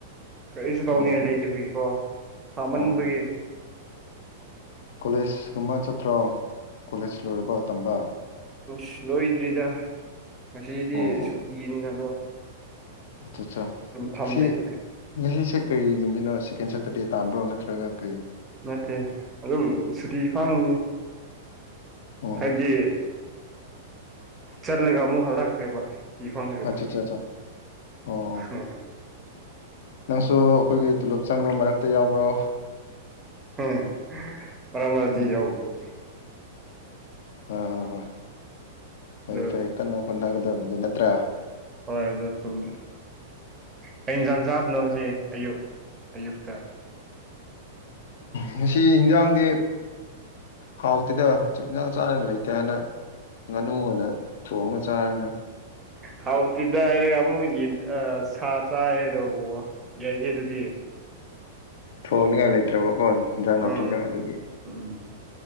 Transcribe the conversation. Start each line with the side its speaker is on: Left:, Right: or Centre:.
Right: ꯀꯔꯤꯁꯨ ꯇꯧꯅꯤꯡꯉꯥꯢ
Left: ꯑꯣ
Right: ꯂꯩꯇꯕꯒꯤꯀꯣ ꯐꯥꯃꯟꯕꯒꯤ
Left: ꯑꯣ ꯀꯣꯂꯦꯖꯒꯧꯝꯕ ꯆꯠꯇ꯭ꯔꯣ ꯀꯣꯂꯦꯖ ꯂꯣꯏꯔꯕ ꯇꯝꯕ
Right: ꯎꯁ ꯂꯣꯏꯗ꯭ꯔꯤꯗ ꯉꯁꯤꯗꯤ
Left: ꯑꯣ
Right: ꯁꯨꯇꯤꯅꯤꯅ ꯒꯣ
Left: ꯑꯆꯥ
Right: ꯐꯝ
Left: ꯉꯁꯤ
Right: ꯂꯩꯕꯅꯦ
Left: ꯉꯁꯤꯁꯦ ꯀꯔꯤ ꯅꯨꯃꯤꯠꯅꯣ ꯁꯦꯀꯦꯟ ꯁꯦꯇꯔꯗꯦ ꯇꯥꯝꯕ꯭ꯔꯣ ꯅꯠꯇ꯭ꯔꯒ ꯀꯔꯤ
Right: ꯅꯠꯇꯦ ꯑꯗꯨꯝ ꯁꯨꯇꯤ ꯐꯥꯡ
Left: ꯑꯣ
Right: ꯍꯥꯏꯕꯗꯤ ꯆꯠꯂꯒ ꯑꯃꯨ ꯍꯜꯂꯥꯛꯈ꯭ꯔꯦꯕ ꯇꯤ ꯐꯪ <inaudible>
Left: ꯑꯠꯆꯥ
Right: ꯕ
Left: ꯑꯠꯆꯥ ꯑꯠꯆꯥ ꯑꯣ
Right: ꯎꯝ
Left: ꯅꯪꯁꯨ ꯑꯈꯣꯏꯒꯤ ꯇꯨꯂꯨꯞ ꯆꯪꯕ ꯃꯔꯛꯇ ꯌꯥꯎꯕ꯭ꯔꯣ
Right: ꯑꯝ ꯃꯔꯛ ꯃꯔꯛꯇ
Left: ꯎꯝ
Right: ꯌꯥꯎꯋꯤ
Left: ꯍꯣꯏ ꯍꯣ ꯍꯣꯏ ꯐꯩꯌꯦ
Right: ꯑꯗꯨ
Left: ꯐꯩ ꯀꯟꯅ ꯍꯣꯠꯅꯒꯗꯕꯅꯤ ꯅꯪ ꯇ꯭ꯔ <inaudible>
Right: ꯍꯣꯏ ꯗꯨ ꯆꯨꯝ ꯀꯩ ꯏꯟꯖꯥꯡ ꯆꯥꯕꯅꯣ ꯑꯌꯨꯛ ꯑꯌꯨꯛꯇ
Left: ꯉꯁꯤ ꯍꯤꯡꯖꯥꯡꯗꯤ ꯍꯥꯎꯇꯦꯗ ꯉꯁꯤ ꯌꯦꯡꯁꯥꯡ ꯆꯥꯅꯤꯡꯉꯥꯢ ꯂꯩꯇꯦ ꯍꯥꯏꯅ ꯉꯥꯅꯨ ꯑꯣꯏꯅ ꯊꯣꯡꯉꯒ ꯆꯥꯔꯦ
Right: ꯍꯥꯎꯇꯤꯗ ꯍꯥꯏꯔꯒ ꯑꯃꯨꯛ ꯌꯦꯟ ꯑ ꯁꯥ ꯆꯥꯏ ꯗꯨ ꯋꯥ ꯌꯥꯏ ꯍꯦ ꯑꯗꯨꯗꯤ
Left: ꯊꯣꯡꯅꯤꯡꯉꯥꯏ ꯂꯩꯇ꯭ꯔꯕꯒꯣ ꯍꯤꯡꯖꯥꯡ
Right: ꯎꯝ
Left: ꯅꯥꯄꯤꯗ ꯑꯗꯨꯒꯤ
Right: ꯎꯝ